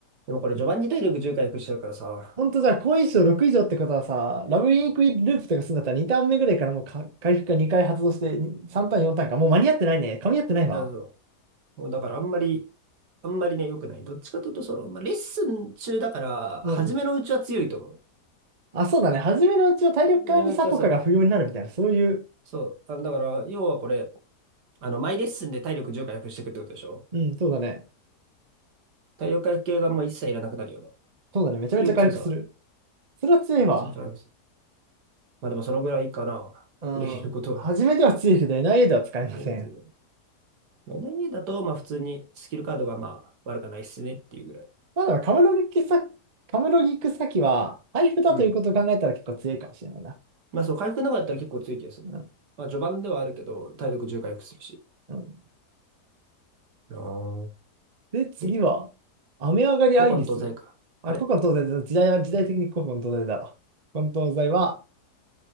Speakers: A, on the right (about 75°); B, on the right (about 35°).
A: でもこれ序盤に体力重0回復しちゃうからさ、
B: ほんとじゃあ、5以上、6以上ってことはさ、ラブインクループとかするんだったら2ターン目ぐらいからもうか回復が2回発動してに3ターン、4ターンか。もう間に合ってないね。噛み合ってないわ。
A: あそう。もうだからあんまり、あんまりね、良くない。どっちかというと、その、まあ、レッスン中だから、
B: うん。
A: 初めのうちは強いと思う。
B: あ、そうだね。初めのうちは体力管理サポカが不要になるみたいな、
A: 初めのうちはそう。
B: そういう。
A: そう。あの、だから、要はこれ、あの、毎レッスンで体力重0回復していくってことでしょ
B: うん、そうだね。
A: 体力回復系がもう一切いらなくなるよね。っ
B: そうだね。めちゃめちゃ回復する。
A: ていう強さはある。
B: それは強いわ。
A: ちゃんとあります。まあでもそのぐらいかな。
B: うん。
A: 触れることは。
B: 初めでは強いけど、エヌアイエーでは使えません。
A: うんまあ n だと、まあ普通にスキルカードがまあ悪くないっすねっていうぐらい。
B: まあでも、カムロギクサ、カムロギクサキは、配布だということを考えたら結構強いかもしれないな。
A: うん。まあそう、回復なかったら結構強い気がする。
B: うん
A: まあ序盤ではあるけど、体力10回復するし。
B: うん
A: あー
B: で、次は、
A: で、
B: 雨上がりアイリス。
A: 古今東西か。あれ
B: あ、古今東西だ。時代は、時代的に古今東西だわ。古今東西は、